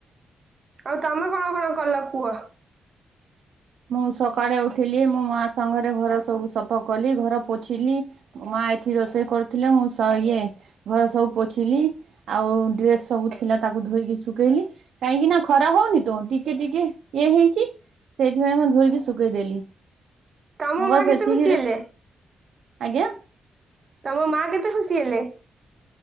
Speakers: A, on the right; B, on the right.
A: ଆଉ ତମେ କଣ କଣ କଲ କୁହ?
B: ମୁଁ ସକାଳେ ଉଠିଲି, ମୋ ମା ସାଙ୍ଗରେ ଘର ସବୁ ସଫା କଲି, ଘର ପୋଛିଲି ମା ଏଠି ରୋଷେଇ କରୁଥିଲେ, ମୁଁ ସ ଇଏ ଘରେ ସବୁ ପୋଛିଲି। ଆଉ ଡ୍ରେସ୍ ସବୁ ଥିଲା ତାକୁ ଧୋଇକି ଶୁଖେଇଲି। କାଇଁକି ନା ଖରା ହଉନି ତ, ଟିକେ ଟିକେ ଇଏ ହେଇଛି। ସେଇଥିପାଇଁ ମୁଁ ଧୋଇକି ଶୁଖେଇଦେଲି।
A: ତମ
B: ମୁଁ
A: ମା
B: କ ସେତିକିରେ
A: କେତେ ଖୁସି ହେଲେ?
B: ଆଜ୍ଞା।
A: ତମ ମା କେତେ ଖୁସି ହେଲେ?